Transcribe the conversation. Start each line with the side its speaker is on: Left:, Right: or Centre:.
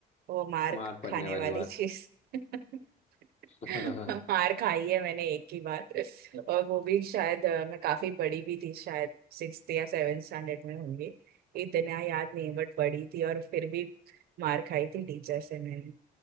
Right: वो मार
Left: मार पड़ने
Right: खाने
Left: वाली
Right: वाली
Left: बात
Right: चीज <laughs>
Left: <laughs>
Right: मार खाई है मैंने एक ही बार और वो भी शायद अ, मैं काफी बड़ी भी थी शायद सिक्स्थ या सेवेंथ स्टैंडर्ड में होंगी इतना याद नहीं बट बड़ी थी और फिर भी मार खाई थी टीचर से मैंने